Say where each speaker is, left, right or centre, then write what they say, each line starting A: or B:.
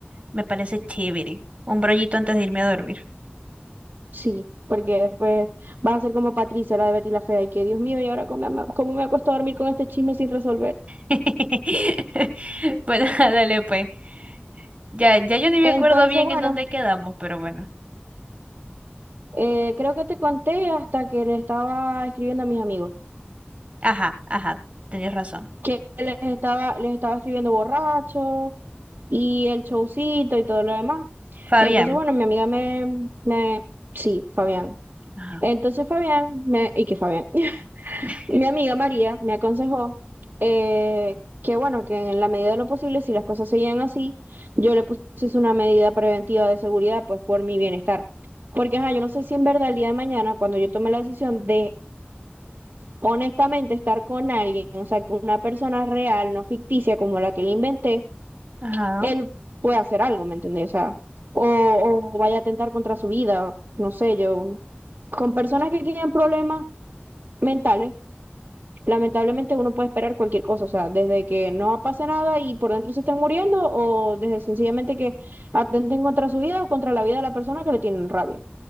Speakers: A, on the right (about 30°); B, on the right (about 50°).
A: me parece chévere. Un brollito antes de irme a dormir.
B: Sí, porque después vas a ser como Patricia, la de Betty la Fea, y que Dios mío, ¿y ahora cómo me, cómo me acuesto a dormir con este chisme sin resolver?
A: <laughs> Bueno, <laughs> dale, pues. Ya, ya yo ni me
B: Entonces,
A: acuerdo bien
B: bueno,
A: en dónde quedamos, pero bueno.
B: eh, creo que te conté hasta que le estaba escribiendo a mis amigos,
A: Ajá, ajá, tenías razón.
B: que les estaba, les estaba escribiendo borracho y el showcito y todo lo demás.
A: Fabián.
B: Entonces, bueno, mi amiga me, me, sí, Fabián.
A: Ajá.
B: Entonces Fabián, me, y que Fabián, <laughs>
A: <laughs>
B: mi amiga María me aconsejó eh, que bueno, que en la medida de lo posible, si las cosas seguían así, yo le pusiese una medida preventiva de seguridad, pues por mi bienestar. Porque, ajá, yo no sé si en verdad el día de mañana, cuando yo tome la decisión de honestamente estar con alguien, o sea, una persona real, no ficticia como la que le inventé,
A: Ajá.
B: él puede hacer algo, ¿me entendés? O sea, o, o vaya a atentar contra su vida, no sé, yo. Con personas que tienen problemas mentales, lamentablemente uno puede esperar cualquier cosa, o sea, desde que no pase nada y por dentro se estén muriendo, o desde sencillamente que atenten contra su vida o contra la vida de la persona que le tienen rabia.